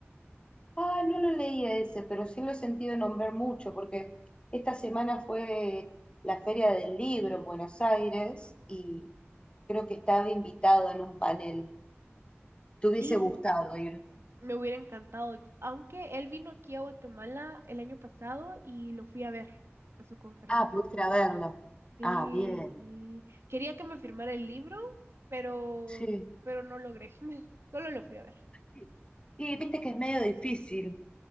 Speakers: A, on the left; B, on the right.
A: ah, no lo leí a ese, pero sí lo he sentido nombrar mucho, porque esta semana fue la Feria del Libro en Buenos Aires y creo que estaba invitado en un panel. ¿Te hubiese
B: Sí,
A: gustado ir?
B: me hubiera encantado, aunque él vino aquí a Guatemala el año pasado y lo fui a ver a su conferencia.
A: Ah, pudiste ir a verlo.
B: Sí,
A: Ah, bien,
B: sí. Quería que me firmara el libro, pero,
A: sí.
B: pero no logré. <laughs> Solo lo fui a ver.
A: Y y viste que es medio difícil.